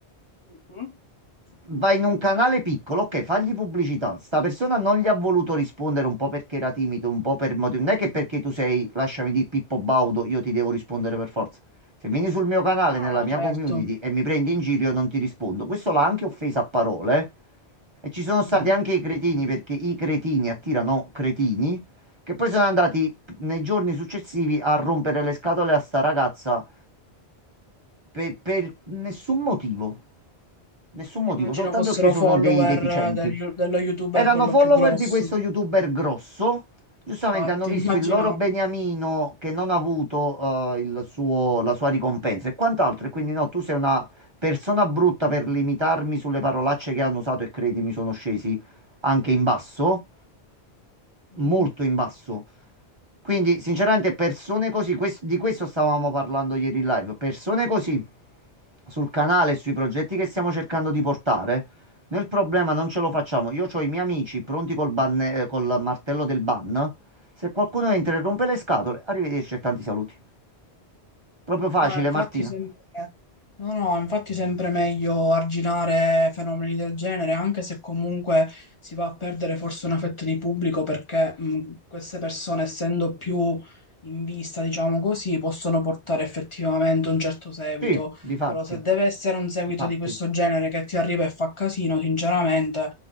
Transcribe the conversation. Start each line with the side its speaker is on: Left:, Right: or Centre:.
Left: Mhm.
Right: vai in un canale piccolo, ok, fagli pubblicità. Sta persona non gli ha voluto rispondere un po' perché era timido, un po' per motivi. Non è che perché tu sei, lasciami di Pippo Baudo, io ti devo rispondere per forza. Se vieni sul mio canale,
Left: No,
Right: nella
Left: no, no,
Right: mia
Left: certo.
Right: community e mi prendi in giro, io non ti rispondo. Questo l'ha anche offesa a parole. eh. E ci sono stati
Left: Mm.
Right: anche i cretini, perché i cretini attirano cretini, che poi sono andati nei giorni successivi a rompere le scatole a sta ragazza per per nessun motivo. Nessun motivo,
Left: Immagino
Right: soltanto
Left: fossero
Right: perché sono
Left: follower
Right: dei deficienti.
Left: eh, del- dello youtuber
Right: Erano
Left: quello
Right: follower
Left: più grosso.
Right: di questo youtuber grosso. Giustamente
Left: Infatti,
Right: hanno visto
Left: immaginavo.
Right: il loro beniamino che non ha avuto eh, il suo- la sua ricompensa e quant'altro. E quindi no, tu sei una persona brutta per limitarmi sulle parolacce che hanno usato e credimi, sono scesi anche in basso, molto
Left: Mm.
Right: in basso. Quindi, sinceramente, persone così, quest- di questo stavamo parlando ieri in live, persone così sul canale e sui progetti che stiamo cercando di portare, noi il problema non ce lo facciamo. Io ho i miei amici pronti col, banne- eh, col martello del ban. Se qualcuno entra e rompe le scatole, arrivederci e tanti saluti. Proprio facile,
Left: No, no, infatti
Right: Martina.
Left: sempre, no, no, infatti sempre meglio arginare fenomeni del genere, anche se comunque si va a perdere forse un affetto di pubblico perché mm, queste persone, essendo più in vista, diciamo così, possono portare effettivamente un certo seguito.
Right: Sì, difatti,
Left: Però se deve essere un seguito
Right: difatti.
Left: di questo genere che ti arriva e fa casino, sinceramente